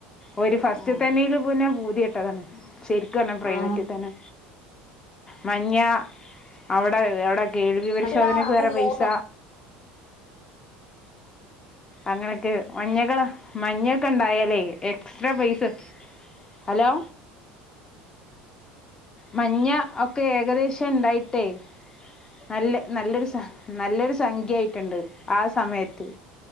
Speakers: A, on the left; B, on the left.
A: ഒരുഫസ്റ്റ്തന്നെയില്പിന്നെ പൂതി <unintelligible> ശരിക്കുംപർഞ്ഞാ പ്രൈവറ്റ്തന്നെ
B: ആ
A: മഞ്ഞ അവിടെഎവിടെ കേ
B: അല്ല
A: പരിശോധനക്ക്
B: അപ്പൊ
A: വേറെപൈസ
B: മോ
A: അങ്ങനൊക്കെ മഞ്ഞകള് മഞ്ഞൊക്കെണ്ടായല്ലേയ് എക്സ്ട്രാപൈസ ഹലോ മഞ്ഞ ഒക്കെഏകദേശം ഉണ്ടായിട്ടേനല്ല നല്ലൊരുസഹ നല്ലൊരു സംഖ്യയിട്ടുണ്ട് ആസമയത്ത്